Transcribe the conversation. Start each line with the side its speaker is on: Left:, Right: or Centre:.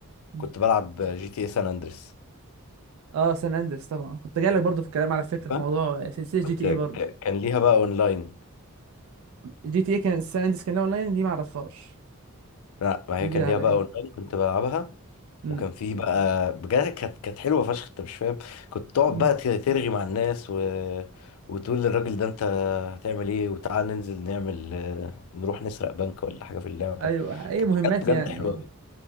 Right: م.
Left: كنت بلعب جي تي اي سان اندريس
Right: اه سان اندرس طبعا كنت جاي لك برضو في الكلام على فكره في
Left: فاهم؟
Right: موضوع سلسله جي
Left: كنت
Right: تي اي
Left: ك-
Right: برضو
Left: كان ليها بقى اونلاين
Right: جي تي اي كان سان اندرس كان لها اونلاين دي ما اعرفهاش
Left: لا ما
Right: دي
Left: هي
Right: جديده
Left: كان ليها
Right: عليا
Left: بقى اونلاين كنت بلعبها
Right: م-
Left: وكان فيه بقى بجد كانت كانت حلوه فشخ انت مش فاهم كنت تقعد
Right: م.
Left: بقى ت- ترغي مع الناس و... وتقول للراجل ده انت هتعمل ايه وتعال ننزل نعمل آه، نروح نسرق بنك ولا حاجه في اللعبه
Right: ايوه اي
Left: كانت
Right: مهمات
Left: حاجات بجد
Right: يعني
Left: حلوه
Right: اه
Left: أوي.